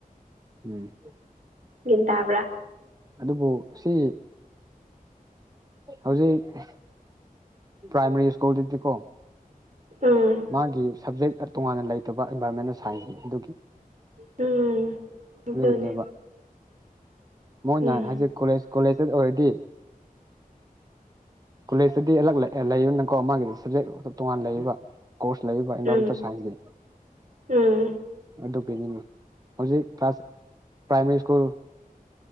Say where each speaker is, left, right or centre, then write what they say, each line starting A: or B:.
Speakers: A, on the right; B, on the right.
A: ꯎꯝ
B: ꯒꯤꯟ ꯇꯥꯕ꯭ꯔꯥ
A: ꯑꯗꯨꯕꯨ ꯁꯤ ꯍꯧꯖꯤꯛ ꯄ꯭ꯔꯥꯏꯃꯥꯔꯤ ꯁ꯭ꯀꯨꯜꯗꯗꯤꯀꯣ
B: ꯎꯝ
A: ꯃꯥꯒꯤ ꯁꯕꯖꯦꯛ ꯇꯣꯉꯥꯟꯅ ꯂꯩꯇꯕ ꯏꯟꯚꯥꯏꯔꯣꯟꯃꯦꯟ ꯁꯥꯏꯟꯁꯅꯤ ꯑꯗꯨꯒꯤ
B: ꯎꯝ ꯑꯗꯨꯅꯦ
A: ꯗꯨꯒꯤꯅꯦꯕ ꯃꯣꯏꯅ
B: ꯎꯝ
A: ꯍꯥꯏꯖꯤ ꯀꯣꯂꯦꯖ ꯀꯣꯂꯦꯖꯇ ꯑꯣꯏꯔꯗꯤ ꯀꯣꯂꯦꯖꯇꯗꯤ ꯑꯂꯛ ꯂꯩꯌꯦꯅꯀꯣ ꯃꯥꯒꯤꯗꯤ ꯁꯕꯖꯦꯛ ꯇꯣꯉꯥꯟ ꯂꯩꯌꯦꯕ ꯀꯣꯔꯁ ꯂꯩꯌꯦꯕ ꯑꯦꯟꯚꯥꯏꯔꯣꯟꯃꯦꯟꯇꯦꯜ
B: ꯎꯝ
A: ꯁꯥꯏꯟꯁꯀꯤ
B: ꯎꯝ
A: ꯑꯗꯨꯒꯤꯅꯤꯅꯦ ꯍꯧꯖꯤꯛ ꯀ꯭ꯂꯥꯁ ꯄ꯭ꯔꯥꯏꯃꯥꯔꯤ ꯁ꯭ꯀꯨꯜ